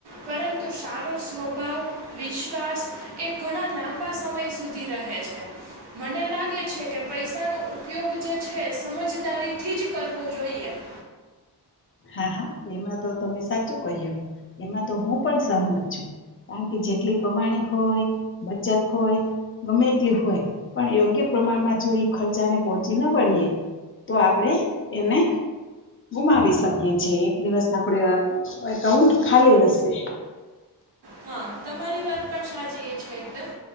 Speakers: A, on the right (about 80°); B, on the left (about 30°).
A: પરંતુ સારો સ્વભાવ વિશ્વાસ એ ઘણા લાંબા સમય સુધી ર હે છે મને લાગે છે કે પૈસાનો ઉપયોગ જે છે સમજદારીથી જ કરવો જોઈએ <inaudible>
B: હા એમાં તો તમે સાચું કહ્યો એમાં તો હું પણ સહમત છું કારણ કે જેટલી કમા ણી હોય બચત હોય ગમે તેટલી હોય પણ યોગ્ય પ્રમાણમાં જો ખર્ચા તેને પહોચી ન વળીએ તો આપણે એને ગુમાવી શકીએ છીએ દિવસ આપડે એકાઉન્ટ ખાલી હશે
A: હા તમારી વાત પણ સાચી એ છે એકદમ